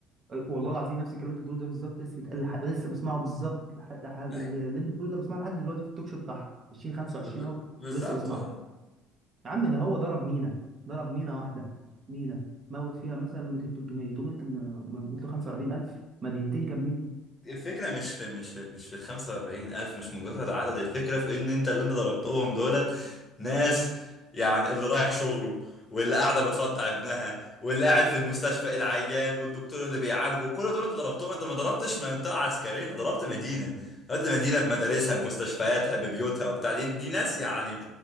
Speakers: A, on the right; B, on the left.
A: والله العظيم نفس الكلام اللي انت بتقوله ده بالظبط لسه بتقل لح... لسه بسمعه بالظبط لح... لح... اللي
B: اي
A: انت بتقوله ده بسمعه لحد دلوقتي في التوك شو بتاعهم 2025
B: ب- ب-
A: اهو
B: بالظبط
A: ولسه بسمعه
B: اه
A: يا عم ده هو ضرب مينا ضرب مينا واحده مينا موت فيها مثلا 200 300 تقوم انت من- موت له 45000 مدينتين كاملين
B: الفكرة مش في مش في مش في ال 45 ألف مش مجرد عدد الفكرة في إن أنت اللي أنت ضربتهم دولت ناس يعني اللي رايح شغله واللي قاعدة بترضع ابنها واللي قاعد في المستشفى العيان والدكتور اللي بيعالجه كل دول أنت ضربتهم أنت ما ضربتش منطقة عسكرية أنت ضربت مدينة ضربت مدينة بمدارسها بمستشفياتها ببيوتها وبتاع دي دي ناس يعني